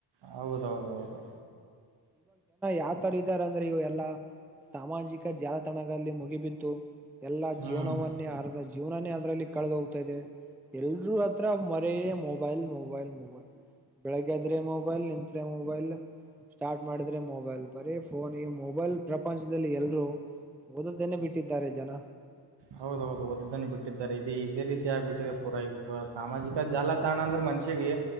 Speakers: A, on the right; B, in the centre.
A: ಹೌದೌದೌದುೌ
B: ಯಾವ್ತರ ಇದ್ದಾರೆ ಅಂದ್ರೆ ಇವು ಎಲ್ಲಾ ಸಾಮಾಜಿಕ ಜಾಲತಾಣಗಳಲ್ಲಿ ಮುಗಿಬು ಎಲ್ಲಾ
A: ಹ್ಮ್
B: ಜೀವನವನ್ನೇ ಅರ್ಧ ಜೀವನನೇ ಅ ಲ್ಲಿ ಕಳೆದ ಹೋಗ್ತಾದೆ ಎಲ್ರೂ ಹತ್ರ ಮರೆಯೇ ಮೊಬೈಲ್ ಮೊಬೈಲ್ ಮೊಬೈಲ್ ಬೆಳಿಗ್ಗೆದ್ರೆ ಮೊಬೈಲ್ ನಿತ್್ರೆ ಮೊಬೈಲ್ ಸ್ಟಾರ್ಟ್ ಮಾಡಿದ್ರೆ ಮೊಬೈಲ್ ಮೊಬೈಲ್ ಬರೀ ಫೋನ್ ಈ ಮೊಬೈಲ್ ಪ್ರಪಂಚದಲ್ಲಿ ಎಲ್ರೂ ಓದದೇನೆ ಬಿಟ್ಟಿದ್ದಾರೆ ಜನ
A: ಹೌದ ಹೌದು ಓದ್ದನ್ನ ಬಿಟ್ಟಿದ್ದಾರೆ ಇದು ಇದೇ ರೀತಿ ಆಗ್ಬಿಟ್ಟಿದೆ ಪೂರಗೂ ಸಾಮಾಜಿಕ ಜಾಲತಾಣ ಅಂದ್ರೆ ಮನುಷಿಗೆ